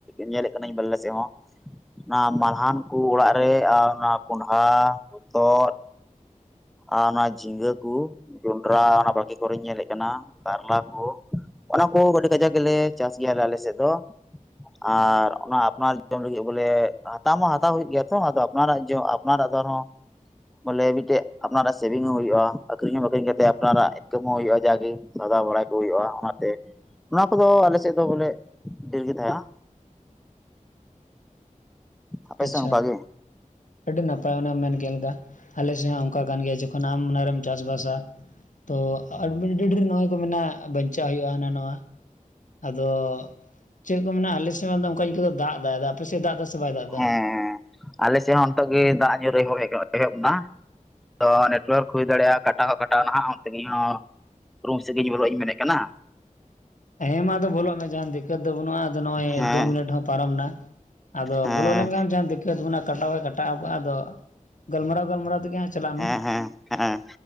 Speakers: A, in the centre; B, on the left.
A: ᱧᱮᱞᱮᱫ ᱠᱟᱱᱟᱹᱧ ᱵᱟᱨᱞᱮ ᱥᱮᱫ ᱦᱚᱸ ᱚᱱᱟ ᱢᱟᱞᱦᱟᱱ ᱠᱚ ᱚᱲᱟᱜ ᱨᱮ ᱚᱱᱟ ᱠᱚᱸᱰᱷᱟ ᱦᱚᱛᱚᱫ ᱟᱨ ᱚᱱᱟ ᱡᱷᱤᱸᱜᱟᱹ ᱠᱚ ᱡᱚᱱᱰᱨᱟ ᱚᱱᱟ ᱵᱟᱠᱤ ᱠᱚᱨᱮᱧ ᱧᱮᱞᱮᱫ ᱠᱟᱱᱟ ᱠᱟᱨᱞᱟ ᱠᱚ ᱚᱱᱟ ᱠᱚ ᱟᱹᱰᱤ ᱠᱟᱡᱟᱠ ᱜᱮᱞᱮ ᱪᱟᱥ ᱜᱮᱭᱟ ᱟᱞᱮ ᱥᱮᱫ ᱫᱚ᱾ ᱟᱨ ᱚᱱᱟ ᱟᱯᱱᱟᱨ ᱡᱚᱢ ᱞᱟᱹᱜᱤᱫ ᱵᱚᱞᱮ ᱦᱟᱛᱟᱣ ᱢᱟ ᱦᱟᱛᱟᱣ ᱦᱩᱭᱩᱜ ᱜᱮᱭᱟ ᱛᱚ ᱟᱫᱚ ᱟᱯᱱᱟᱨᱟᱜ ᱡᱷᱚᱜ ᱟᱯᱱᱟᱨᱟᱜ ᱫᱚᱨ ᱦᱚᱸ ᱵᱚᱞᱮ ᱢᱤᱫ ᱴᱮᱡ ᱟᱯᱱᱟᱨᱟᱜ ᱥᱮᱣᱤᱝ ᱦᱚᱸ ᱦᱳᱭᱳᱼᱟ ᱟᱠᱷᱨᱤᱧ ᱦᱚᱸ ᱟᱠᱠᱷᱨᱤᱧ ᱠᱟᱛᱮᱜ ᱟᱯᱱᱟᱨᱟᱜ ᱤᱱᱠᱟᱢ ᱦᱚᱸ ᱦᱳᱭᱭᱩᱜᱼᱟ ᱡᱟᱜᱮ ᱫᱷᱟᱫᱟᱣ ᱵᱟᱲᱟᱭ ᱠᱚ ᱦᱩᱭᱩᱜᱼᱟ ᱚᱱᱟᱛᱮ ᱚᱱᱟ ᱠᱚᱫᱚ ᱟᱞᱮ ᱥᱮᱫ ᱫᱚ ᱵᱚᱞᱮ ᱰᱷᱮᱨ ᱜᱮ ᱛᱟᱦᱮᱸᱜ-ᱟ ᱟᱯᱮ
B: ᱟᱪᱪᱷᱟ
A: ᱥᱮᱫ ᱚᱱᱠᱟ ᱜᱮ?
B: ᱟᱹᱰᱤ ᱱᱟᱯᱟᱭ ᱚᱱᱮᱢ ᱢᱮᱱ ᱠᱮᱫ ᱞᱮᱠᱟ ᱟᱞᱮ ᱥᱮᱫ ᱦᱚᱸ ᱚᱱᱠᱟ ᱠᱟᱱ ᱜᱮᱭᱟ ᱡᱚᱠᱷᱚᱱ ᱟᱢ ᱚᱱᱟᱨᱮᱢ ᱪᱟᱥᱵᱟᱥᱟ ᱛᱚ ᱟᱹᱰᱤ ᱰᱷᱮᱨ ᱱᱚᱜᱼᱚᱭ ᱠᱚ ᱢᱮᱱᱟᱜᱼᱟ ᱵᱟᱧᱪᱟᱜ ᱦᱩᱭᱩᱜᱼᱟ ᱦᱟᱱᱟ ᱱᱚᱶᱟ ᱟᱫᱚ ᱪᱮᱫ ᱠᱚ ᱢᱮᱱᱟ ᱟᱞᱮ ᱥᱮᱫ ᱚᱱᱠᱟ ᱤᱱᱠᱩ ᱫᱚ ᱫᱟᱜ ᱮᱫᱟ ᱟᱫᱚ ᱟᱯᱮ ᱥᱮᱫ ᱫᱟᱜ ᱮᱫᱟ ᱥᱮ ᱵᱟᱭ ᱫᱟᱜ ᱮᱫᱟ?
A: ᱦᱮᱸ ᱟᱞᱮ ᱥᱮᱫ ᱦᱚᱸ ᱱᱤᱛᱚᱜ ᱜᱮ ᱫᱟᱜ ᱧᱩᱨᱮ ᱮᱦᱚᱵ ᱮᱱᱟ ᱛᱚ ᱱᱮᱴᱚᱣᱟᱨᱠ ᱦᱩᱭ ᱫᱟᱲᱮ ᱭᱟᱜᱼᱟ ᱠᱟᱴᱟᱣ ᱦᱚᱸ ᱠᱟᱴᱟᱣ ᱱᱟᱦᱟᱜ ᱟᱡ ᱛᱮᱜᱮ ᱦᱚᱸ ᱨᱩᱢ ᱥᱮᱫ ᱤᱧ ᱵᱚᱞᱚᱜ ᱤᱧ ᱢᱮᱱ ᱮᱫ ᱠᱟᱱᱟ
B: ᱦᱮᱸ ᱢᱟ ᱟᱫᱚ ᱵᱚᱞᱚᱜ ᱢᱮ ᱡᱟᱦᱟᱱ ᱫᱤᱠᱠᱚᱛ ᱫᱚ ᱵᱟᱹᱱᱩᱜᱼᱟ ᱟᱫᱚ ᱱᱚᱜᱼᱚᱭ
A: ᱦᱮᱸ
B: ᱫᱩ ᱢᱤᱱᱤᱴ ᱦᱚᱸ ᱯᱟᱨᱚᱢ ᱮᱱᱟ ᱟᱫᱚ
A: ᱦᱮᱸ
B: ᱵᱚᱞᱚ ᱞᱮᱱᱠᱷᱟᱱ ᱟᱢ ᱡᱟᱦᱟᱸ ᱫᱤᱠᱟ. ᱛ ᱵᱚᱱᱟ ᱠᱟᱴᱟᱣ ᱵᱟᱭ ᱠᱟᱴᱟᱣ ᱠᱟᱜᱼᱟ ᱟᱫᱚ ᱜᱟᱞᱢᱟᱨᱟᱣ ᱜᱟᱞᱢᱟᱨᱟᱣ ᱛᱮᱜᱮ ᱦᱟᱸᱜ ᱪᱟᱞᱟᱜ
A: ᱦᱮᱸ
B: ᱢᱮ
A: ᱦᱮᱸ ᱦᱮᱸ